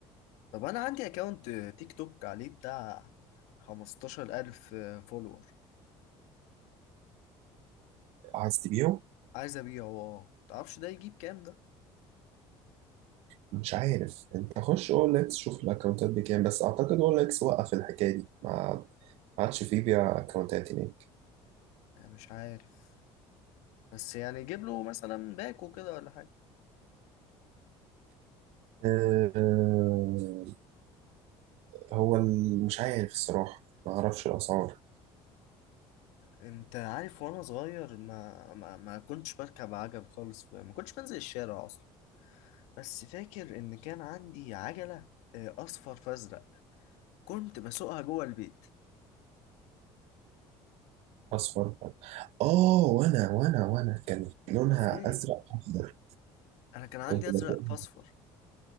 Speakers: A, on the left; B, on the right.
A: طب انا عندي اكونت تيك توك عليه بتاع 15000 فولور
B: عايز تبيعه
A: عايز ابيعه اه متعرفش ده يجيب كام ده
B: مش عارف انت خش اول اكس شوف الاكونتات بكام بس اعتقد اول اكس وقف الحكايه دي ما عادش فيه بيع اكونتات هناك
A: انا مش عارف بس يعني جيب له مثلا باكو كده ولا حاجه
B: آه، هو ال- مش عارف الصراحه ما اعرفش الاسعار
A: انت عارف وانا صغير ما ما, ما كنتش بركب عجل خالص ما كنتش بنزل الشارع اصلا بس فاكر ان كان عندي عجلة آه، اصفر فازرق كنت بسوقها جوه البيت
B: اصفر فات اه وانا وانا وانا كانت لونها
A: ازاي
B: ازرق اخضر
A: انا كان عندي
B: كنت
A: ازرق
B: بسوقها
A: فاصفر